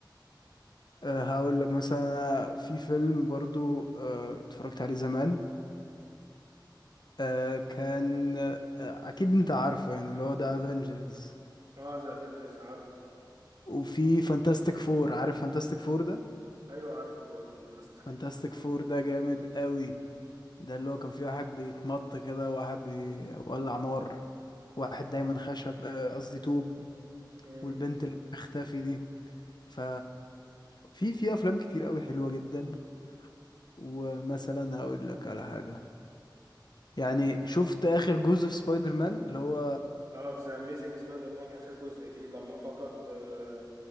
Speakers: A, on the left; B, on the right.
A: أه هقول لك مثلا أنا في فيلم برضو أه اتفرجت عليه زمان أه كان أه اكيد انت عارفه يعني اللي هو ده افنجرز
B: اه ذا افنجرز عارف
A: وفي فانتاستيك فور عارف فانتاستيك فور ده
B: ايوه عارفه برضه فانتاستيك
A: فانتاستيك فور ده جامد قوي ده اللي هو كان فيه واحد بيتمط كده وواحد بيولع نار واحد دايما خشب آه، قصدي طوب
B: امم
A: والبنت اللي بتختفي دي ف في في افلام كتير قوي حلوه جدا ومثلا هقول لك على حاجة يعني شفت آخر جزء في سبايدر مان اللي هو
B: اه في ذا اميزنج سبايدر مان اخر جزء فيه لما فقد آه،